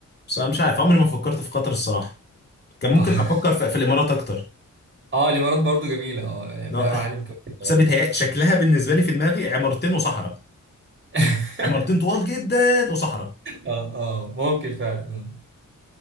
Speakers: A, on the left; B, on the right.
A: بس انا مش عارف عمري ما فكرت في قطر الصراحه كان ممكن
B: اه
A: افكر في, في الامارات اكتر
B: <laughs> اه الامارات برضو جميلة اه يعني
A: لو
B: فيها
A: <laughs>
B: معالم كويسة
A: بس
B: برضو
A: بيتهيأ- شكلها بالنسبه لي في دماغي عمارتين وصحراء
B: <laughs>
A: عمارتين طوال جدا وصحراء
B: اه اه ممكن فعلا آه.